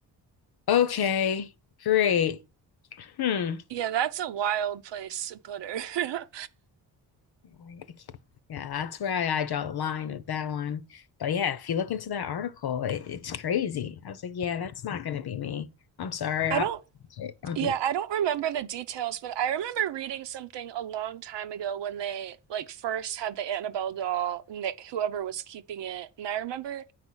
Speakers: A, on the left (about 60°); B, on the right (about 70°).
A: okay, great. Hmm.
B: yeah, that's a wild place to put her.
A: Like, I can't- Yeah, that's where I, I draw the line with that one. But yeah, if you look into that article, it, it's crazy. I was like, yeah, that's not going to be me. I'm sorry.
B: <laughs> I
A: I'll,
B: don't
A: I'm
B: Yeah,
A: thinking,
B: I don't remember the details, but I remember reading something a long time ago when they like first had the Annabelle doll and they, whoever was keeping it. And I remember,